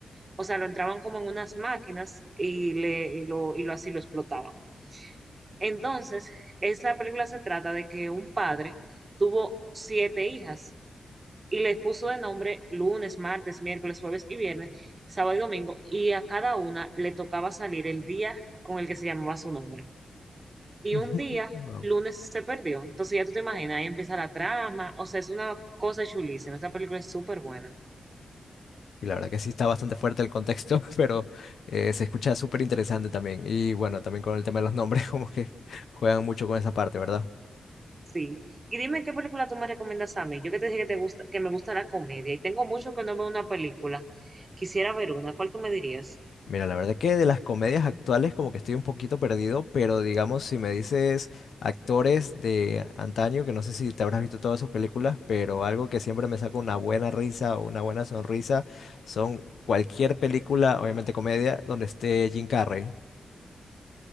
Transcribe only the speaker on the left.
<laughs>
Wow.
Y la verdad que sí está bastante fuerte el contexto, <laughs> pero eh, se escucha súper interesante también. Y bueno, también con el tema de los nombres, <laughs> como que juegan mucho con esa parte, ¿verdad?
Mira, la verdad que de las comedias actuales como que estoy un poquito perdido, pero digamos si me dices actores de antaño, que no sé si te habrás visto todas sus películas, pero algo que siempre me saca una buena risa o una buena sonrisa son cualquier película, obviamente comedia, donde esté Jim Carrey.